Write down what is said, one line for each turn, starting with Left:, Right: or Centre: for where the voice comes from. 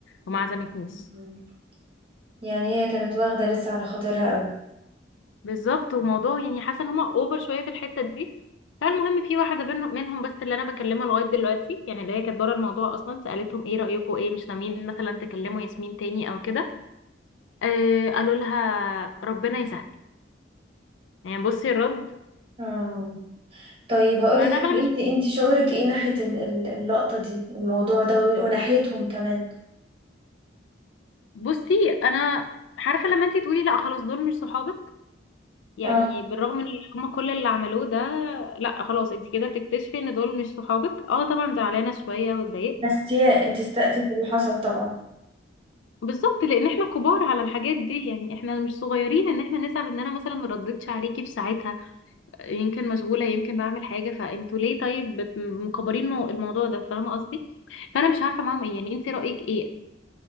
Left: وما عزمتنيش
Right: مم. يعني هي كانت واخدة لسه على خاطرها قوي
Left: بالظبط وموضوع يعني حاسه ان هم اوفر شويه في الحته دي فالمهم في واحده بين- منهم بس اللي انا بكلمها لغايه دلوقتي يعني اللي هي كانت بره الموضوع اصلا سالتهم ايه رايكم ايه مش ناويين مثلا تكلموا ياسمين تاني او كده آه قالوا لها ربنا يسهل يعني بصي الرد
Right: اه طيب هقولك
Left: فانا
Right: حاجة
Left: بقى مش
Right: انت انت شعورك
Left: <laughs>
Right: ايه ناحية ال- ال- اللقطة دي الموضوع ده وناحيتهم كمان
Left: بصي انا عارفه لما انتي تقولي لا خلاص دول مش صحابك يعني
Right: اه
Left: بالرغم ان هم كل اللي عملوه ده لا خلاص انتي كده بتكتشفي ان دول مش صحابك اه طبعا زعلانه شويه واتضايقت
Right: بس دي انت استقتي من اللي حصل طبعا
Left: بالظبط لان احنا كبار على الحاجات دي يعني احنا مش صغيرين ان احنا نزعل ان انا مثلا ما ردتش عليكي في ساعتها يمكن مشغوله يمكن بعمل حاجه فانتوا ليه طيب بت- مكبرين مو- الموضوع ده فاهمه قصدي فانا مش عارفه معاهم ايه يعني انت رايك ايه